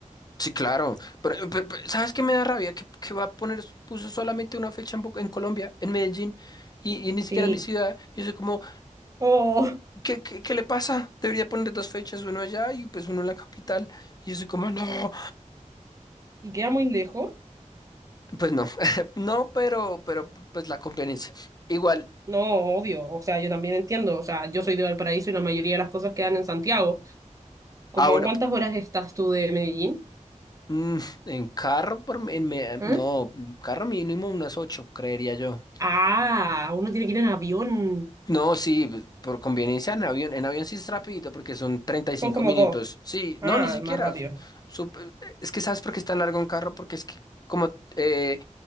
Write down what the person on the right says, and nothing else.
Sí.
Oh.
y queda muy lejos.
No, obvio, o sea, yo también entiendo, o sea, yo soy de Valparaíso y la mayoría de las cosas quedan en Santiago. ¿Cómo
a cuántas horas estás tú de Medellín?
¿Eh?
Ah, uno tiene que ir en avión.
Son como
dos.
Ah,
más rápido.